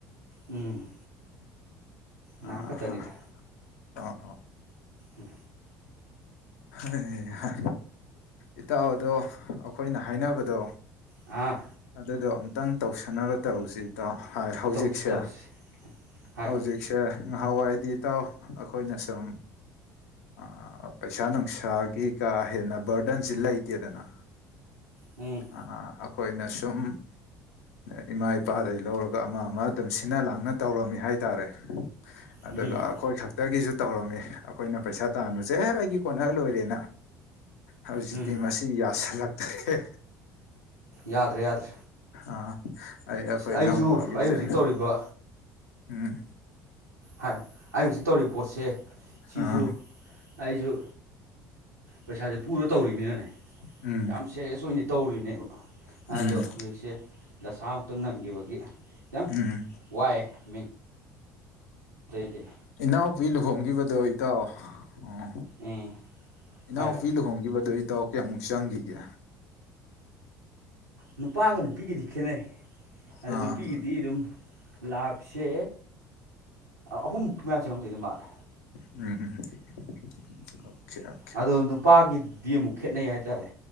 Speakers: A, on the right (about 85°); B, on the left (about 65°).
A: ꯎꯝ ꯅꯥ
B: ꯑꯥ
A: ꯀ ꯇꯅꯤꯗ
B: ꯑꯣ
A: ꯎꯝ
B: ꯍꯩ ꯍꯥ ꯏꯇꯥꯎ ꯑꯗꯣ ꯑꯈꯣꯏꯅ ꯍꯥꯏꯅꯕꯗꯣ
A: ꯑꯥ
B: ꯑꯗꯨꯗꯣ ꯑꯃꯨꯛꯇꯪ ꯇꯧꯁꯟꯅꯕ ꯇꯧꯁꯤ ꯏꯇꯥꯎ ꯍꯥꯏ ꯍꯧꯖꯤꯛꯁꯦ
A: ꯇꯧꯁꯤ ꯇꯧꯁꯤ ꯍꯥꯏꯌꯣ
B: ꯍꯧꯖꯤꯛ ꯁꯦ ꯉꯍꯥꯋꯥꯏꯗꯤ ꯏꯇꯥꯎ ꯑꯈꯣꯏꯅ ꯁꯨꯝ ꯑꯥ ꯄꯩꯁꯥ ꯅꯨꯡꯁꯥꯒꯤ ꯀꯥ ꯍꯦꯟꯅ ꯕꯔꯗꯟꯁꯤ ꯂꯩ ꯇꯦꯗꯅ
A: ꯎꯝ
B: ꯑꯥ ꯑꯛ ꯑꯩꯈꯣꯏꯅ ꯁꯨꯝ ꯏꯃꯥ ꯏꯄꯥꯗꯒꯤ ꯂꯧꯔꯒ ꯑꯃ ꯑꯃ ꯑꯗꯨꯝ ꯁꯤꯟꯅ ꯂꯥꯡꯅ ꯇꯧꯔꯝꯃꯤ ꯍꯥꯏꯇꯥꯔꯦ ꯑꯗꯨꯒ
A: ꯎꯝ
B: ꯑꯈꯣꯏ ꯈꯛ ꯇꯒꯤꯁꯨ ꯇꯧꯔꯝꯃꯤ ꯑꯈꯣꯏꯅ ꯄꯩꯁꯥ ꯇꯥꯟꯕꯁꯦ ꯑꯦ ꯑꯩꯒꯤ ꯀꯣꯟꯅ ꯂꯣꯏꯔꯦꯅ ꯍꯧꯖꯤꯛꯇꯤ
A: ꯎꯝ
B: ꯃꯁꯤ ꯌꯥꯁꯤꯜꯂꯛꯇ꯭ꯔꯦ
A: ꯌꯥꯗ꯭ꯔꯦ ꯌꯥꯗ꯭ꯔꯦ
B: ꯑꯥ ꯑꯩ ꯑꯈꯣꯏ
A: ꯑꯩꯁꯨ
B: ꯏꯅꯥꯎꯄꯥꯒꯤꯖꯦ
A: ꯑꯩ ꯍꯧꯖꯤꯛ ꯇꯧꯔꯤꯕ
B: ꯎꯝ
A: ꯍꯥꯏꯌꯨ ꯑꯩ ꯍꯧꯖꯤꯛ ꯇꯧꯔꯤꯕ ꯄꯣꯠꯁꯦ ꯁꯤꯖꯨ
B: ꯑꯥ
A: ꯑꯩꯖꯨ ꯄꯩꯁꯥꯖꯦ ꯄꯨꯔ ꯇꯧꯔꯤꯃꯤꯅꯅꯦ
B: ꯎꯝ
A: ꯌꯥꯝ ꯁꯦꯔꯤꯌꯁ ꯑꯣꯏꯅ ꯇꯧꯔꯤꯅꯦꯕ
B: ꯎꯝ
A: ꯑꯗꯣ ꯍꯧꯖꯤꯛꯁꯦ ꯗꯁꯥ ꯑꯃꯨꯛꯇꯪ ꯅꯪꯈꯤꯕꯒꯤ ꯈꯤꯇꯪ
B: ꯎꯝ
A: ꯋꯥꯏꯌꯦ ꯃꯦꯟ ꯇꯦꯟꯗꯤ
B: ꯏꯅꯥꯎꯄꯤ ꯂꯨꯍꯣꯡꯒꯤꯕꯗꯣ ꯏꯇꯥꯎ ꯎꯝ
A: ꯎꯝ
B: ꯏꯅꯥꯎꯄꯤ
A: ꯍꯥꯏꯌꯣ
B: ꯂꯨꯍꯣꯡꯒꯤꯕꯗꯣ ꯏꯇꯥꯎ ꯀꯌꯥꯃꯨꯛ ꯆꯪꯈꯤꯒꯦ
A: ꯅꯨꯄꯥꯒ ꯅꯨꯄꯤꯒꯗꯤ ꯈꯦꯠꯅꯩ ꯑꯗꯨ
B: ꯑꯥ
A: ꯅꯨꯄꯤꯒꯤꯗꯤ ꯑꯗꯨꯝ ꯂꯥꯛꯁꯦ ꯑꯍꯨꯝ ꯃꯨꯛꯀꯤ ꯃꯌꯥ ꯆꯪꯉꯝꯗꯣꯏꯗꯤ ꯃꯥꯜꯂꯦ
B: ꯎꯝ ꯑꯣꯈꯦ ꯑꯣ
A: ꯑꯗꯣ ꯅꯨꯄꯥꯒꯤꯗꯤ ꯑꯃꯨꯛ ꯈꯦꯠꯅꯩ ꯍꯥꯏꯇꯥꯔꯦ